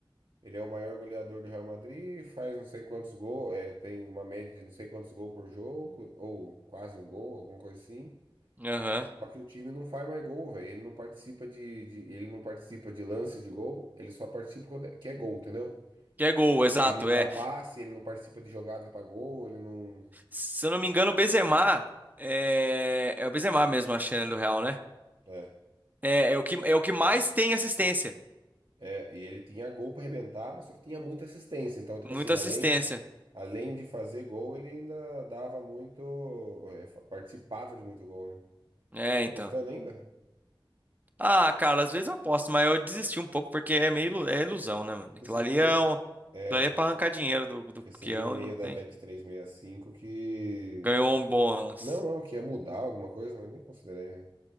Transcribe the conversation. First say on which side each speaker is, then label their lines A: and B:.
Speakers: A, on the right; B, on the right.
A: Ele é o maior goleador do Real Madrid, faz não sei quantos gols, é, tem uma média de não sei quantos gols por jogo, ou quase um gol, alguma coisa assim.
B: Aham.
A: Só que o time não faz mais gol, velho. Ele não participa de, de- ele não participa de lance de gol, ele só participa quando é, que é gol, entendeu?
B: Que é gol, exato.
A: Ele não
B: É.
A: dá passe, ele não participa de jogada pra gol, ele não.
B: Se eu não me engano, o Benzema é, é o Benzema mesmo, a chance do Real, né?
A: É,
B: É, é o que, é o que mais tem assistência.
A: é, e ele tinha gol pra arrebentar, mas só que tinha muita assistência. Então, tipo
B: Muita
A: assim,
B: assistência.
A: além, além de fazer gol, ele ainda dava muito. é, fa- participava de muito gol, né?
B: É,
A: Você tá
B: então.
A: apostando ainda?
B: Ah, cara, às vezes eu aposto, mas eu desisti um pouco porque é meio ilu- é ilusão, né, mano?
A: Recebi
B: Aquilo ali
A: um.
B: é, um, aquilo
A: É,
B: ali é
A: não
B: pra
A: tem.
B: arrancar dinheiro do, do
A: Recebi
B: peão
A: um e-mail
B: e não
A: da
B: tem.
A: Bet365 que.
B: Ganhou um
A: que-
B: bônus.
A: Não, não, que ia mudar alguma coisa, mas nem considerei. né?